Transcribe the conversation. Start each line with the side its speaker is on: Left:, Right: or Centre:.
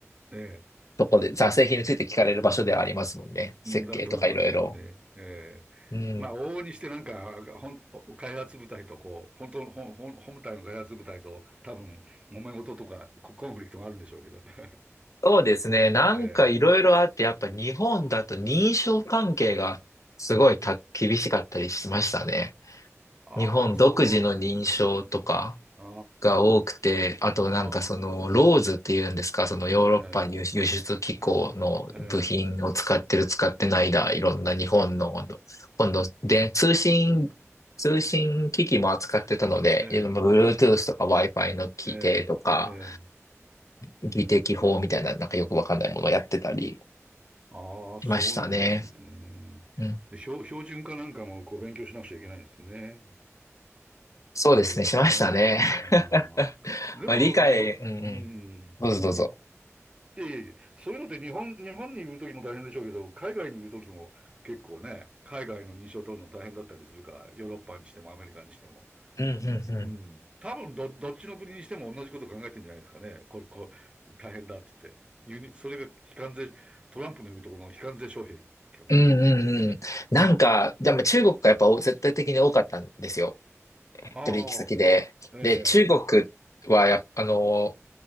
Right: え、ええ。
Left: とこで、ざ製品について聞かれる場所ではありますもんね。設計とかいろいろ。
Right: だと思いますよね。ええまあ、
Left: うん。
Right: 往々にしてなんか、ほん、開発部隊とこう、本当の、ほん、ほん本体の開発部隊と多分、揉め事とか、ココンフリクトがあるんでしょうけど。<laughs>
Left: そうですね、なんかいろいろあって、
Right: ええ
Left: やっぱ日本だと認証関係がすごいた厳しかったりしましたね。
Right: ああ、
Left: 日本独自の認証とか。
Right: そうなんですね。あ
Left: が多くて、あとなんかそのローズっていうんですか、
Right: あ、ああ、
Left: そのヨーロッパ輸輸出機構の部品を使ってる使ってないだ、
Right: えええ
Left: いろんな日本の、今度で通信、通信機器も扱ってたので、
Right: え
Left: いろんな Bluetooth とか Wi-Fi の規定とか、
Right: えええええ
Left: 技適法みたいな、なんかよくわかんないものをやってたり
Right: ああ、そうなんですね。
Left: しましたね。うん。
Right: で、標、標準化なんかもこう勉強しなくちゃいけないんですね。
Left: そうですね、
Right: いろいろとね。
Left: しましたね。
Right: あ
Left: <laughs>
Right: あ。でも、
Left: まあ理解、
Right: ど、
Left: うんうん。
Right: うん。
Left: どうぞどうぞ。
Right: いやいやいやそういうのって日本、日本にいるときも大変でしょうけど、海外にいるときも結構ね、海外の認証を取るの大変だったりするから、ヨーロッパにしてもアメリカにしても。
Left: うんうんうん。
Right: うん。多分ど、どっちの国にしても同じこと考えてるんじゃないですかね。これ、こう、大変だって言って。輸入それが非関税、トランプの言うところの非関税障壁かもしれないですね。
Left: うんうんうん。なんか、でも中国がやっぱ絶対的に多かったんですよ。
Right: <laughs> ああ、
Left: 取引先で。
Right: ええ、
Left: で、中国はやっぱ、あの、